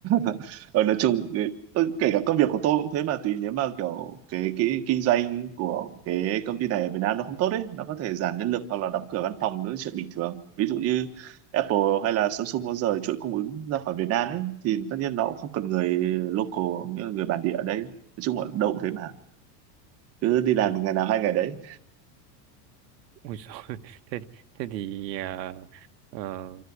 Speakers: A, on the right; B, on the right.
A: <laughs> Ờ, nói chung cái- ừ, kể cả công việc của tôi cũng thế mà tùy nếu mà kiểu cái cái kinh doanh của cái công ty này ở Việt Nam nó không tốt ấy nó có thể giảm nhân lực hoặc là đóng cửa văn phòng nữa chuyện bình thường ví dụ như Apple hay là Samsung nó rời chuỗi cung ứng ra khỏi Việt Nam ấy thì tất nhiên nó cũng không cần người local nghĩa là người bản địa ở đây nói chung là đâu cũng thế mà cứ đi làm
B: ừ.
A: ngày nào hai ngày đấy
B: Ôi giời. <laughs> thế thế thì ờ, ờ,